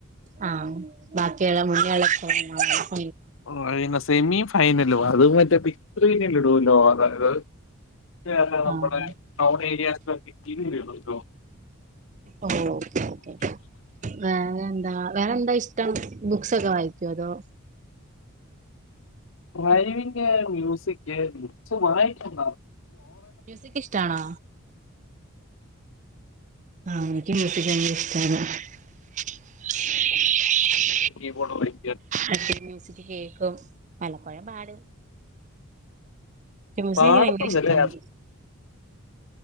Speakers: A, on the right (about 35°); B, on the left (about 60°).
A: ആ ബാക്കിയുള്ള മുണിയളക്ക
B: ഓഴ സെമി ഫൈനല അത് മറ്റേ <unintelligible> ഇടുല്ലോ അതായത് അല്ല നമ്മുടെ
A: ആഹ്
B: ടൗൺ ഏരിയസ <unintelligible> വരുള്ളോ
A: ഓ ഓ ഓ വേറെ എന്താ വേറെന്ത വിശേ ഇ്ടം ബുക്സ്ക്കെ വായിക്കോ അതോ
B: ഡ്രൈവിങ് മ്യൂസിക് ബുക്സ് വായിക്കും
A: മ്യൂസിക് ഇഷ്ടാണോ ആ എനിക്ക് മ്യൂസിക് ഭയങ്കര ഇഷ്ടാണ് <unintelligible>
B: <unintelligible>
A: അ മ്യൂസിക്ക് കേക്കും പലപ്പോഴെ പാടും ഡബ്സി
B: പാടത്തുന്നില്ലേ
A: ന്ക്ക് ഭയങ്കര ഇഷ്ടാണ്